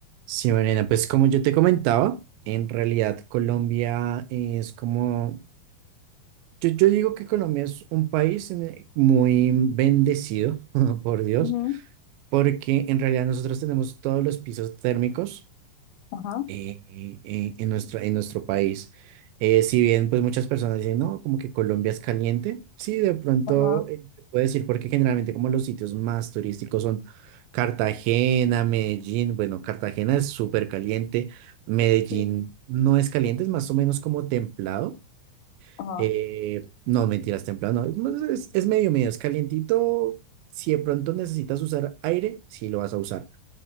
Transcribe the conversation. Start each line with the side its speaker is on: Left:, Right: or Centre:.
Right: Sí, Mariana, pues como yo te comentaba, en realidad Colombia es como, yo, yo digo que Colombia es un país en el- muy bendecido, <laughs> por Dios,
Left: Ujú,
Right: porque en realidad nosotros tenemos todos los pisos térmicos
Left: ajá,
Right: eh, eh, en nuestro, en nuestro país. Eh, si bien pues muchas personas dicen, no, como que Colombia es caliente, sí, de pronto
Left: ajá,
Right: eh, se puede decir porque generalmente como los sitios más turísticos son Cartagena, Medellín, bueno, Cartagena es súper caliente, Medellín
Left: sí,
Right: no es caliente, es más o menos como templado,
Left: ajá,
Right: eh, no, mentiras, templado, no, es, es es medio, medio, es calientito, si de pronto necesitas usar aire, sí lo vas a usar